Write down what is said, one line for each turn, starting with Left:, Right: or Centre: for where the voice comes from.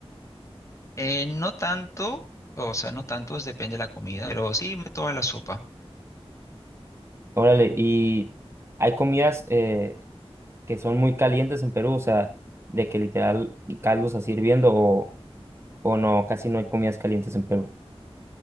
Left: Eh, no tanto, o sea, no tantos, depende de la comida, pero sí me- toda la sopa.
Right: Órale, ¿y hay comidas? eh, que son muy calientes en Perú, o sea, de que literal caldos así hirviendo o, o no, casi no hay comidas calientes en Perú.